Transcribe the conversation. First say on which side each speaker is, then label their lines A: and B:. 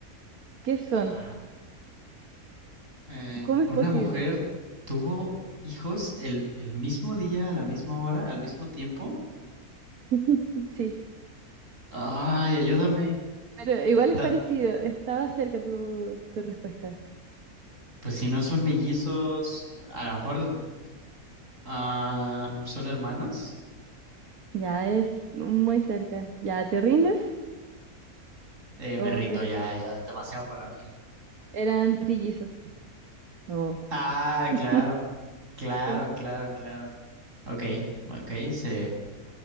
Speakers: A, on the right; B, on the right.
A: ¿Qué son?
B: Ah, eh,
A: ¿Cómo es
B: una
A: posible?
B: mujer tuvo hijos el, el mismo día, a la misma hora, al mismo tiempo.
A: <laughs> Sí,
B: Ay, ayúdame.
A: pero
B: Da.
A: igual es
B: da-
A: parecido, estaba cerca tu, tu respuesta.
B: Pues si no son mellizos, a lo mejor ah, son hermanos.
A: Ya es muy cerca. ¿Ya te rindes
B: Eh, me
A: o
B: rindo
A: quieres?
B: ya, ya, es demasiado para mí.
A: Eran trillizos. Oh.
B: Ah,
A: <laughs>
B: claro, claro,
A: Sí,
B: claro, claro. Ok, ok, se